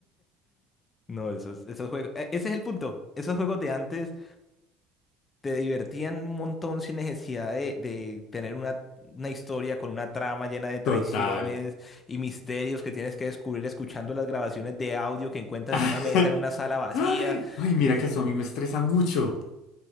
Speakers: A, on the left; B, on the left.
A: No, esos, esos juegos. e- Ese es el punto. Esos juegos de antes te divertían un montón sin necesidad de, de tener una, una historia con una trama llena de traiciones
B: Total.
A: y misterios que tienes que descubrir escuchando las grabaciones de audio que encuentras en
B: <laughs>
A: una mesa, en una sala vacía.
B: Ay, ay, mira
A: Y, y-
B: que eso a mí me estresa mucho.